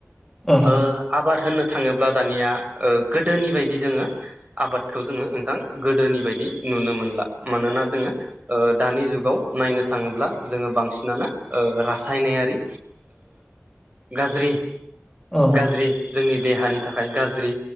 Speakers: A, in the centre; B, on the right (about 30°).
A: औ
B: ओ आबाद होनो थाङोब्ला दानिया गोदोनि बायदि जोङो आबाद खौ जोङो नोंथां गोदोनि बायदि नुनो मोनला मानोना जोङो ओ दानि जुगाव नायनो थाङोब्ला जोङो बांसिनानो रासायनारि गाज्रि
A: औ औ
B: गाज्रि जोंनि देहानि थाखाय गाज्रि